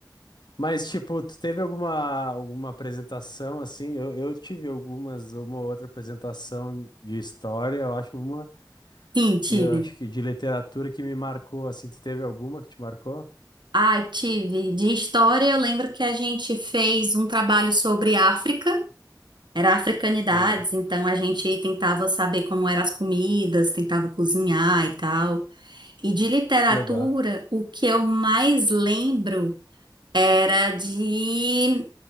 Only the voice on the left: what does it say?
mas, tipo, tu teve alguma, alguma apresentação, assim? Eu, eu tive algumas, uma ou outra apresentação de história, eu acho uma,
e eu acho que de literatura que me marcou, assim. Tu teve alguma que te marcou?
Que legal.
Que legal.